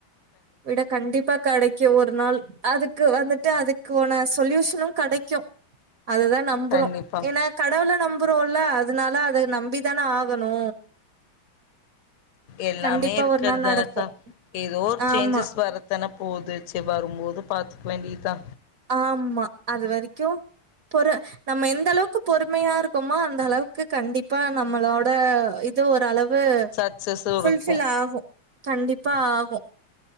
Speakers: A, on the right (about 65°); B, on the left (about 60°).
A: விட கண்டிப்பா கெடைக்கு ஒரு ஒரு நாள் அதுக்கு வந்துட்டு அதுக்குவான சொல்யூஷனு கெடைக்கு அதுதா நம்புறோ
B: கண்டிப்பா
A: ஏன்னா கடவுள நம் நம்புறோல்ல அதுனால அத நம்பி தான ஆகணு
B: எல்லாமே
A: கண்டிப்பா
B: இருக்கறது
A: ஒரு நாள்
B: தான
A: நடக்கு.
B: பா ஏதோ ஒரு
A: ஆமா
B: சேஞ்சஸ் வரத்தான போது சே வரும் போது பாத்துக் வேண்டிதா
A: ஆமா அது வரைக்கு பொற நம்ம எந்த அளவுக்கு பொறுமையா இருக்கமோ அந்த அளவுக்கு கண்டிப்பா நம்மளோட இது ஓரளவு
B: சக்சஸும்
A: ஃபுல்ஃபில்
B: இருக்கு
A: ஆகு கண்டிப்பா ஆகு